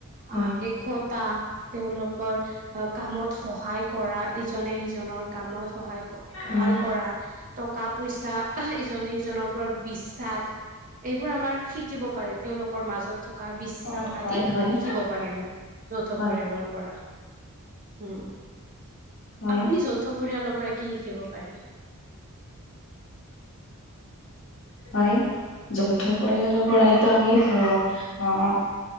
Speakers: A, on the left; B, on the right.
A: হয়
B: অ' একতাৰ। তেওঁলোকৰ কামত সহায় কৰা ইজনে সিজনৰ কামত। সহায় সহায়
A: হয়।
B: কৰা, টকা, পইচা ইজনে সিজনৰ ওপৰত বিশ্বাস। এইবোৰ আমাৰ শিকিব পাৰে, তেওঁলোকৰ মাজত থকা বিশ্বাস
A: অ',
B: তাক
A: হয়,
B: আদি
A: হয়,
B: শিকিব পাৰি আমি যৌথ
A: হয়,
B: পৰিয়ালৰ পৰা উম।
A: হয়,
B: আপুনি যৌথ পৰিয়ালৰ পৰা কি শিকিব পাৰি?
A: হয়, যৌথ পৰিয়ালৰ পৰাইতো আমি ধৰক আহ